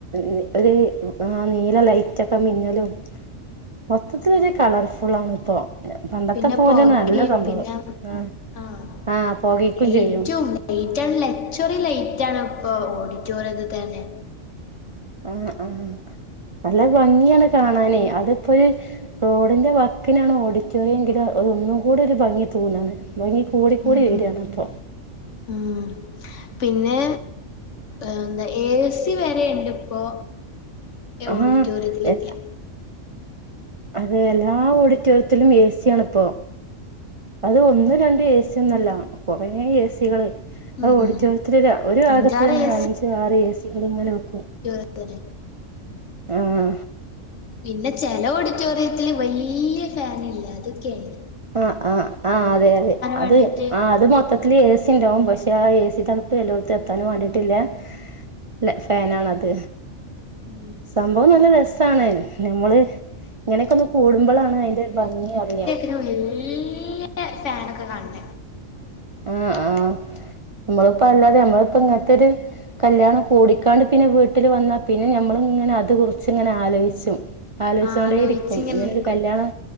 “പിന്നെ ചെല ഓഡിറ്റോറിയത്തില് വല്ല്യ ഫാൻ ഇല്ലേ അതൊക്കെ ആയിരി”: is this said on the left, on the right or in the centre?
Left